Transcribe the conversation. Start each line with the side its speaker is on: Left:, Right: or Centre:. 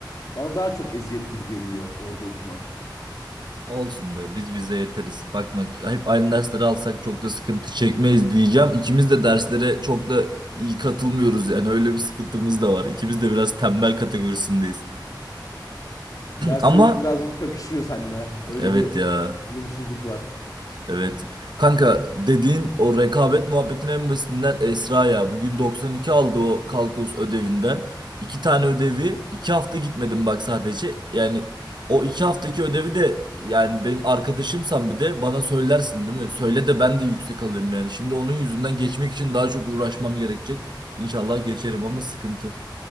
Left: bana daha çok eziyet gibi geliyor orada okumak.
Right: Olsun be biz bize yeteriz. Bakma hep aynı dersleri alsak çok da sıkıntı çekmeyiz diyeceğim. İkimiz de derslere çok da iyi katılmıyoruz yani öyle bir sıkıntımız da var. İkimiz de biraz tembel kategorisindeyiz.
Left: Derslerimiz
Right: Ama
Left: birazcık çakışıyor seninle. Öyle
Right: evet
Left: bir
Right: ya.
Left: olumsuzluk var.
Right: Evet. Kanka dediğin o rekabet muhabbetin en basitinden Esra ya. Bugün 92 aldı o kalkulus ödevinden. İki tane ödevi. iki hafta gitmedim bak sadece. Yani o iki haftaki ödevi de yani benim arkadaşımsan bir de bana söylersin değil mi? Söyle de ben de yüksek alayım yani. Şimdi onun yüzünden geçmek için daha çok uğraşmam gerekecek. İnşallah geçerim ama sıkıntı.